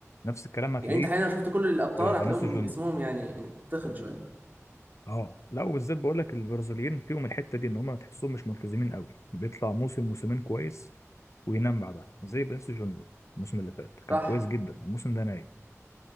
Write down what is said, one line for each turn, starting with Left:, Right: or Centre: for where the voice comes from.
Left: نفس الكلام هتلاقيه
Right: يعني انت حاليا لو شفت كل الابطال
Left: في
Right: هتلاقيهم
Left: فينيسيوس جونيور
Right: جسمهم يعني تخن شويه
Left: اه لا وبالذات بقول لك البرازيليين فيهم الحته دي ان هم تحسهم مش ملتزمين قوي بيطلع موسم موسمين كويس وينام بعدها زي فينيسيوس جونيور الموسم اللي فات كان
Right: صح
Left: كويس جدا الموسم ده نايم